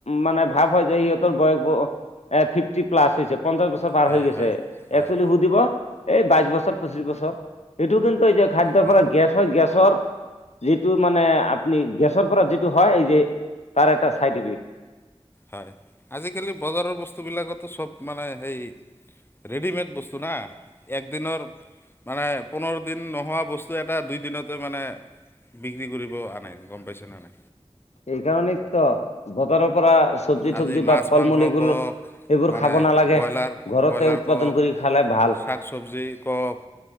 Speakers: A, on the left; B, on the left.
A: মানে ভাৱ হয় যে সিহঁত তোৰ বয়স ব এই ফিফ্টি প্লাছ হৈ যাব পঞ্চাশ বছৰ পাৰ
B: হয়
A: হৈ গৈছে,
B: হয়
A: <unintelligible>
B: হয়
A: সুধিব এই বাইছ বছৰ পঁচিছ বছৰ। এইটো কিন্তু এতিয়া খাদ্যৰ
B: হয়
A: পৰা গেছৰ, যিটো মানে আপনি গেছৰ পৰা যিটো হয় এই যে তাৰ এটা চাইডিফি
B: হয় আজিকালি বজাৰৰ বস্তুবিলাকতো চব মানে সেই, ৰেডিমেড বস্তু না, একদিনৰ ধৰা পোন্ধৰ দিন নোহোৱা বস্তু এটা দুই দিনতে মানে, বিক্ৰী কৰিব আনে গ'ম পাইছেনে নাই।
A: এইকাৰণে ত বজাৰৰ পৰা চব্জি
B: আজি
A: তবজি
B: মাছ
A: বা ফল
B: মাংস
A: মূল এইবোৰ
B: কওঁক
A: এইবোৰ
B: মানে
A: খাব নালাগে
B: ব্ৰইলাৰ
A: ঘৰতে
B: ব্ৰইলাৰ
A: উৎপাদন
B: কওঁক,
A: কৰি খালে ভাল
B: চাক চবজি কওঁক,